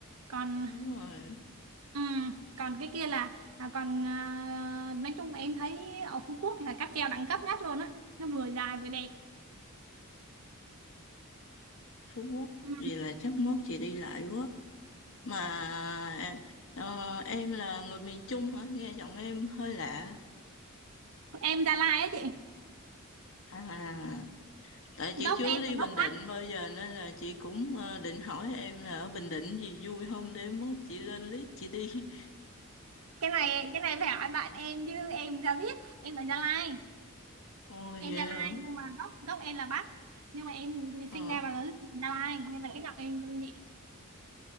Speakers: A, on the right; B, on the left.
A: còn
B: Đúng rồi
A: ừm, còn cái kia là à, còn à, nói chung em thấy ở Phú Quốc là cáp treo đẳng cấp nhất luôn á nó vừa dài vừa đẹp
B: Phú Quốc
A: Ừm,
B: Vì là chắc mốt chị đi lại quá Mà ờ, em là người miền Trung hả? Nghe giọng em hơi lạ.
A: em Gia Lai á chị
B: À, tại
A: gốc
B: chị chưa
A: em
B: đi
A: là
B: Bình
A: gốc
B: Định
A: Bắc
B: bao giờ nên là chị cũng ờ, định hỏi em là ở Bình Định gì vui không để mốt chị lên list chị đi. <laughs>
A: cái này cái này phải hỏi bạn em chứ em ra biết em ở Gia Lai
B: Ồ vậy
A: em Gia Lai
B: hả?
A: nhưng mà gốc gốc em là Bắc nhưng mà em
B: Ờ,
A: sinh ra và lớn lên ở Gia Lai nên là cái giọng em âm nhị-